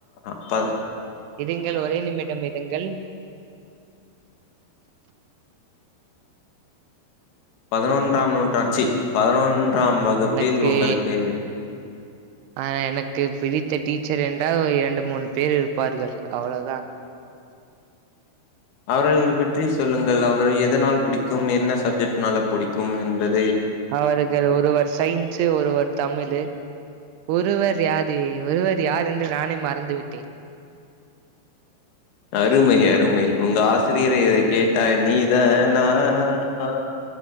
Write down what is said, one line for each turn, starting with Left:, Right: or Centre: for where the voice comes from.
Left: அப்ப
Right: நீங்கள் ஒரே நிமிடம் இருங்கள்
Left: பதுனொன்றாம் நூற்றாண் ச்சி பதுனொன்றாம் வகுப்பில்
Right: எனக்கு
Left: உங்களுக்கு
Right: ஆ எனக்கு பிடித்த டீச்சர் என்றால் இரண்டு மூணு பேர் இருப்பார்கள் அவளதான்
Left: அவர்கள்து பற்றி சொல்லுங்கள் அவ்ர்கள் எதனால் புடிக்கும் என்ன சப்ஜெக்ட்னால புடிக்கும் என்றல்
Right: அவருகள் ஒருவர் சய்ன்ஸு ஒருவர் தமிழு ஒருவர் யாதி ஒருவர் யார் என்று நானே மறந்து விட்டேன்
Left: அருமை அருமை உங்க ஆசிரியரே இதை கேட்டா நீதானா ஆ